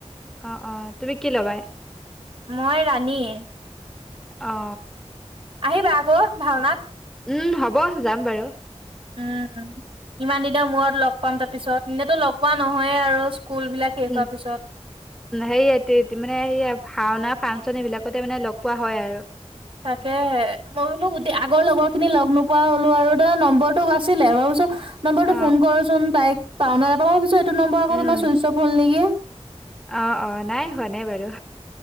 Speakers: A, in the centre; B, on the right.
A: অ অ তুমি কি ল'বা?
B: মই <unintelligible>
A: অ।
B: আহিবা আকৌ ভাওনাত
A: উম হ'ব যাম বাৰু
B: উম, ইমান দিনৰ মূৰত লগ পাম তাৰপিছত। এনেতো লগ পোৱা নহয়ে আৰু স্কুল বিলাক শেষ
A: উ
B: হোৱাৰ পিছত
A: সেয়া মানে সেয়া ভাওনা ফান আচনী বিলাকতে মানে লগ পোৱা হয় আৰু
B: তাকেহে। মই বোলো গোটে আগৰ লগৰখিনি লগ নোপোৱা হ'লোঁ আৰু তো নম্বৰটো আছিলে। মই ভাবিছোঁ নম্বৰটো
A: অ
B: ফোন কৰোচোন তাইক পও নে নেপাওঁ পিছো এইটো নম্বৰ আকৌ
A: উম
B: চোইচঅফ হল নেকি
A: অ অ নাই হোৱা নাই বাৰু